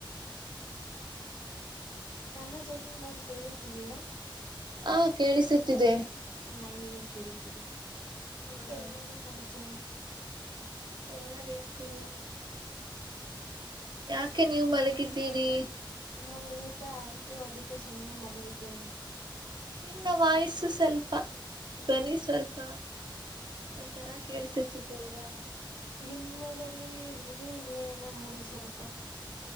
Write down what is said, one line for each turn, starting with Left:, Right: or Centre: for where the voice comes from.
Left: ನನ್ನ ಧ್ವನಿ ನಿಮಗೆ ಕೇಳುತ್ತಿದೀಯಾ
Right: ಆ ಕೇಳಿಸುತ್ತಿದೆ
Left: ನಾ ಈಗ ಕೇಳುತ್ತಿದೆ ಮತ್ತೆ
Right: ಹ
Left: ಇನ್ನೇನು ಸಮಾಚಾರ
Right: ಹೇಳಬೇಕು ಯಾಕೆ ನೀವು ಮಲಗಿದ್ದೀರಿ
Left: ನಾವು ಊಟ ಆಯ್ತು ಅದಕ್ಕೆ ಸುಮ್ಮನೆ ಮಲಗಿದ್ದೇವೆ
Right: ನಿನ್ನ ವಾಯಸ್ಸು ಸ್ವಲ್ಪ ಧ್ವನಿ ಸ್ವಲ್ಪ ಒಂಥರ ಕೇಳಿಸಿರ್ತಿದ ಅಲ್ವಾ
Left: ನಿಮ್ಮದಲ್ಲಿ ಇದು ಇಲ್ಲೇನ ನೋಡಿ ಸ್ವಲ್ಪ